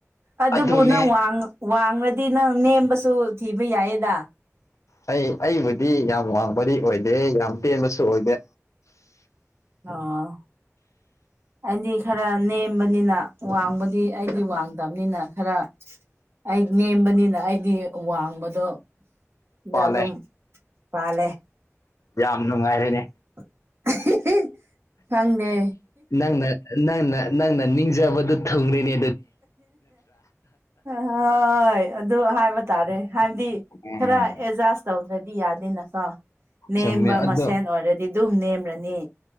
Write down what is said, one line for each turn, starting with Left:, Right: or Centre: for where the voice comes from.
Right: ꯑꯗꯨꯕꯨ
Left: ꯑꯗꯨꯅꯦ
Right: ꯅꯪ ꯋꯥꯡꯡꯂꯗꯤ ꯅꯪ ꯅꯦꯝꯕꯁꯨ ꯊꯤꯕ ꯌꯥꯏꯌꯦꯗ
Left: ꯑꯩ ꯑꯕꯗꯤ ꯌꯥꯝ ꯋꯥꯡꯕꯗꯤ ꯑꯣꯏꯗꯦ ꯌꯥꯝ ꯇꯦꯟꯕꯁꯨ ꯑꯣꯏꯗꯦ
Right: ꯑꯣ ꯑꯩꯗꯤ ꯈꯔ ꯅꯦꯝꯕꯅꯤꯅ ꯋꯥꯡꯕꯗꯤ ꯑꯩꯗꯤ ꯋꯥꯡꯗꯕꯅꯤꯅ ꯈꯔ ꯑꯩ ꯅꯦꯝꯕꯅꯤꯅ ꯑꯩꯗꯤ ꯋꯥꯡꯕꯗꯣ
Left: ꯄꯥꯜꯂꯦ
Right: ꯗ ꯑꯗꯨꯝ ꯄꯥꯜꯂꯦ
Left: ꯌꯥꯝ ꯅꯨꯡꯉꯥꯏꯔꯦꯅꯦ
Right: <inaudible> ꯈꯪꯗꯦ
Left: ꯅꯪꯅ ꯅꯪꯅ ꯅꯪꯅ ꯅꯤꯡꯖꯕꯗꯨ ꯊꯨꯡꯅꯤꯅꯦ
Right: ꯍꯣꯏ ꯑꯗꯨ ꯍꯥꯏꯕ ꯇꯥꯔꯦ ꯍꯥꯏꯕꯗꯤ
Left: ꯎꯝ
Right: ꯈꯔ ꯑꯦꯖꯥꯥꯁ ꯇꯎꯗ꯭ꯔꯦ ꯌꯥꯗꯦꯅꯀꯣ ꯅꯦꯝꯕ
Left: ꯆꯨꯝꯃꯦ ꯑꯗꯣ
Right: ꯃꯁꯦꯟ ꯑꯣꯏꯔꯗꯤ ꯑꯗꯨꯝ ꯅꯦꯝꯔꯅꯤ